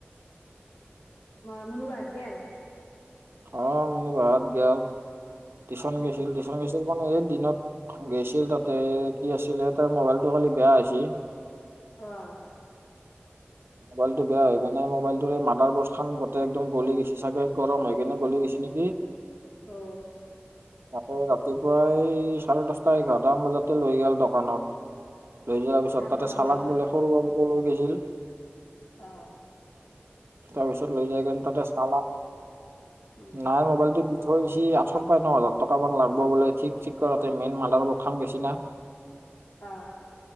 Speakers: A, on the left; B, on the right.
A: মা মুনু বা হাত গেল
B: অ মুনু বা হাত গল টিউশ্যন
A: উম।
B: গৈছিল টিউশ্যন গৈছিল মানে এই দিনত গৈছিল তাতে কি আছিলে তাৰ মোবাইলটো কালি বেয়া হৈছি
A: অ
B: মোবাইলটো বেয়া হৈ কিনে মোবাইলটোৰে মাদাৰ বৰ্ড খান গোটে একদম গলি গেইছি চাগে গৰম হৈ কিনে গলি গেইছি নেকি
A: অ
B: তাকে ৰাতিপুৱাই চাৰে দহটা এঘাৰটামান বজাতে লৈ গল দোকানত লৈ যোৱাৰ পিছত
A: ভাল
B: তাতে
A: নহ'ল?
B: চালাক বোলে সৰু বাবুকো লৈ গৈছিল
A: অহ
B: তাৰপিছত লৈ যায় কিনে তাতে চালাক
A: উম।
B: নাই মোবাইলটো থৈছি আঠৰ পৰা ন হাজাৰ টকামান লাগব বোলে ঠিক ঠিক কৰাতে মেইন মাডাৰ বৰ্ড খান গেইছি না <inaudible>
A: অ